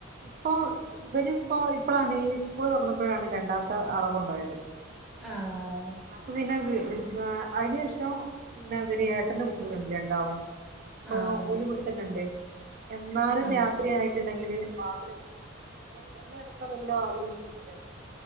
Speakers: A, on the right; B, in the centre.
A: ഇപ്പോ ഇവനിപ്പോ ഇപ്പോഴാണ് ഈ സ്കൂൾ തുറന്നപ്പോഴാണ് രണ്ടാമത്തെ ആളെ കൊണ്ടയത്
B: ആഹ്
A: അപ്പൊ പിന്നെ അതിനു ശേഷം പിന്നെ ഇവര് ഏട്ടന്റെ കുട്ടികളുണ്ട് രണ്ടാളും ഇപ്പൊ
B: ആഹ്
A: ഓലിവിടെ തന്നെ ഉണ്ട് എന്നാലും
B: അങ്
A: രാത്രി ആയി ണ്ടെങ്കിൽ വാതിലക്ക ഞങ്ങള്ക്കുന്ന റൂമിലെ വാതില് കട്ട